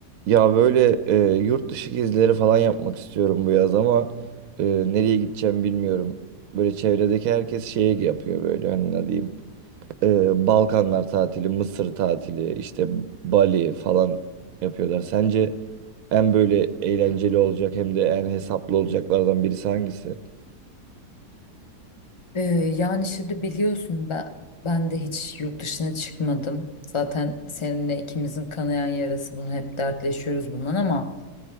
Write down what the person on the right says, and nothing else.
Ya böyle e, yurt dışı gezileri falan yapmak istiyorum bu yaz ama e, nereye gideceğim bilmiyorum. Böyle çevredeki herkes şeye yapıyor böyle hani ne diyeyim. E, Balkanlar tatili, Mısır tatili, işte Bali falan yapıyorlar. Sence en böyle eğlenceli olacak hem de en hesaplı olacaklardan birisi hangisi?